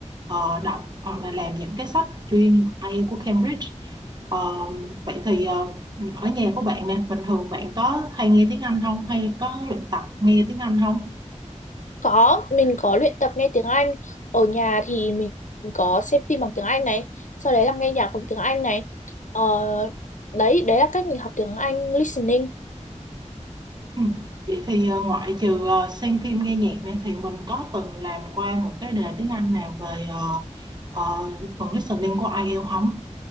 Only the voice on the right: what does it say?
ờ, đọc hoặc là làm những cái sách chuyên IELTS của Cambridge. Ờ, vậy thì ờ, ở nhà của bạn nè, bình thường bạn có hay nghe tiếng Anh không? Hay có luyện tập nghe tiếng Anh không?
Ừ. Vậy thì ờ, ngoại trừ ờ, xem phim nghe nhạc nè thì mình có từng làm qua một cái đề tiếng Anh nào về ờ, ờ, phần listening của IELTS không?